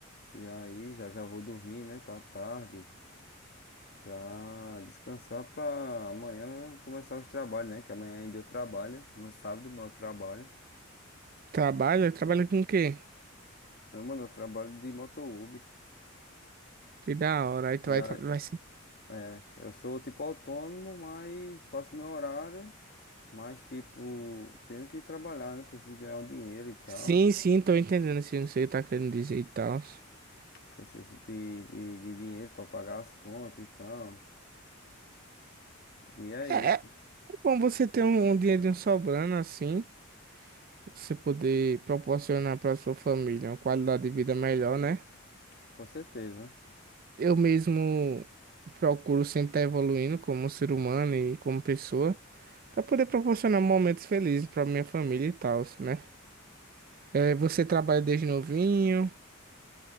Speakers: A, on the left; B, on the right.
A: E aí já já vou dormir, né? Tá tarde. Pra descansar pra amanhã começar os trabalhos, né? Que amanhã ainda eu trabalho. No sábado, mas eu trabalho.
B: Trabalha? Trabalha com o quê?
A: Meu mano, eu trabalho de moto Uber.
B: Que da hora. Aí tu
A: E
B: vai,
A: a,
B: tra- vai se-
A: é, eu sou tipo autônomo, mas faço meu horário. Mas tipo, tenho que trabalhar, né? Preciso ganhar um dinheiro e tal.
B: Sim, sim, tô entendendo assim, não sei o que tá querendo dizer e tal.
A: Preciso de, de, de dinheiro pra pagar as contas e tal. E é
B: É,
A: isso,
B: é é bom você ter um, um dinheirinho sobrando assim, você poder proporcionar pra sua família uma qualidade de vida melhor, né?
A: com certeza.
B: eu mesmo procuro sempre estar evoluindo como ser humano e como pessoa, para poder proporcionar momentos felizes para minha família e tal, né? É, você trabalha desde novinho,